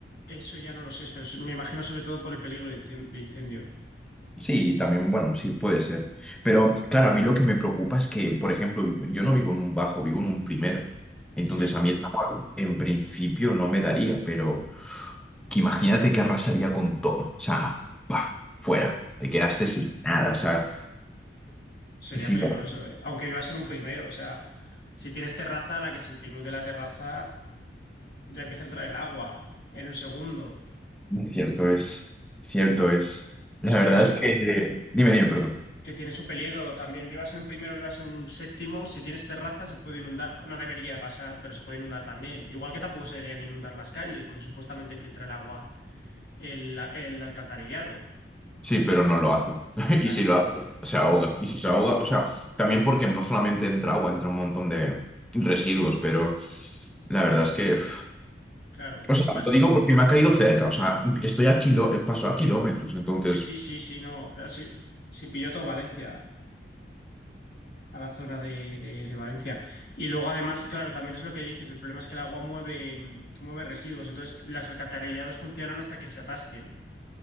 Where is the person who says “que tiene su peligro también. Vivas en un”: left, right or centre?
Left